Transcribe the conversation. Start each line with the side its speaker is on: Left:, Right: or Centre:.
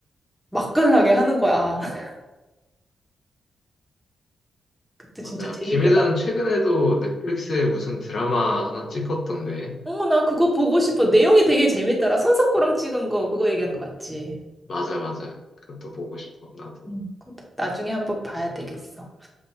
Centre: 맛깔나게 하는 거야. <laughs> 그때
Left: 맞아.
Centre: 진짜 재밌게
Left: 김혜자는
Centre: 봤는데.
Left: 최근에도 넷플릭스에 무슨 드라마 하나 찍었던데.
Centre: 어, 나 그거 보고 싶어. 내용이 되게 재밌더라. 손석구랑 찍은 거, 그거 얘기하는 거 맞지?
Left: 맞아, 맞아. 그것도 보고 싶어, 나도.
Centre: 음. 그것도 나중에 한번 봐야 되겠어.